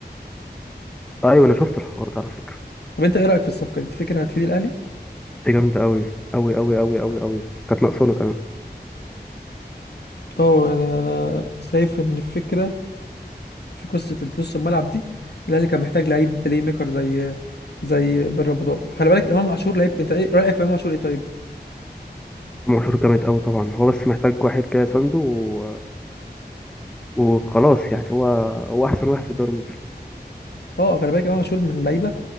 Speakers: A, in the centre; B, on the left.
A: ايوه انا شفت الحوار ده على فكره
B: طب انت ايه رايك في الصفقه دي تفتكر هتفيد الاهلي
A: دي جامده قوي قوي قوي قوي قوي قوي كانت ناقصانا كمان
B: اه يعني انا شايف ان الفكره في قصه نص الملعب دي الاهلي كان محتاج لعيب بلاي ميكر زي زي بن رمضان خلي بالك امام عاشور لعيب انت ايه رايك في امام عاشور ايه طيب
A: امام عاشور جامد قوي طبعا هو بس محتاج واحد كده سنده و... وخلاص يعني هو هو احسن واحد في الدوري المصري
B: اه خلي بالك امام عاشور من اللعيبه